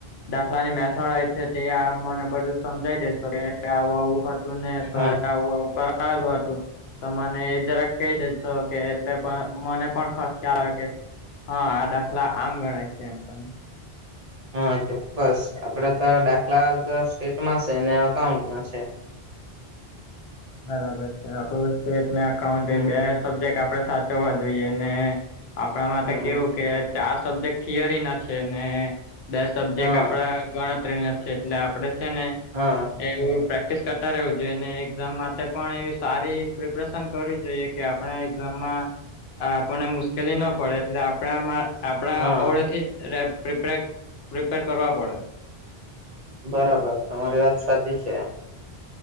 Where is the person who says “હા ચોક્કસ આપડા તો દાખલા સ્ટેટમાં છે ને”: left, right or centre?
Right